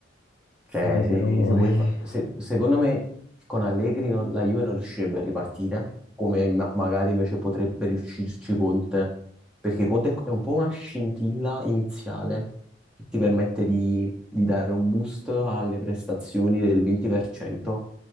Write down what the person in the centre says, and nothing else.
cioè,
se,
se vuoi
fa- se- secondo me con Allegri non- la Juve non riuscirebbe a ripartire, come ma- magari invece potrebbe riuscirci Conte, perché Conte è un po' una scintilla iniziale che ti permette di, di dare un boost alle prestazioni del 20%,